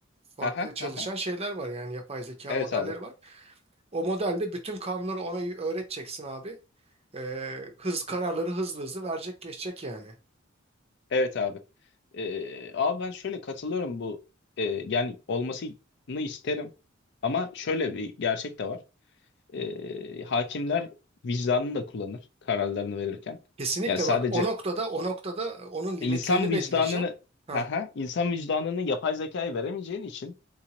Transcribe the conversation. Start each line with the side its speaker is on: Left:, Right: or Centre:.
Right: farklı
Left: hı hı
Right: çalışan
Left: hı hı.
Right: şeyler var yani yapay zeka
Left: Evet
Right: modelleri
Left: abi.
Right: var. O modelde bütün kanunları ona y- öğreteceksin abi. E, hız kararları hızlı hızlı verecek geçecek yani.
Left: Evet abi. Ee, abi ben şöyle katılıyorum bu e, yani olmasını isterim ama şöyle bir gerçek de var. Ee, hakimler vicdanını da kullanır kararlarını verirken.
Right: Kesinlikle
Left: Yani sadece
Right: bak o noktada o noktada onun limitlerini
Left: insan
Right: belirleyeceğim.
Left: vicdanını
Right: Ha.
Left: haha, insan vicdanını yapay zekaya veremeyeceğin için